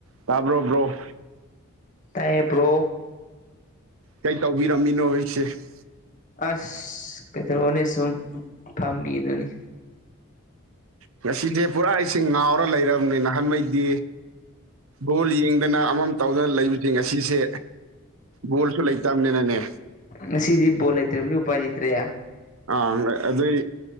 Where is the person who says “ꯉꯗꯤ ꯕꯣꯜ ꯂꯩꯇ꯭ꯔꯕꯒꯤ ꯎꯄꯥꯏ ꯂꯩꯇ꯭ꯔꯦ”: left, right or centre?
Left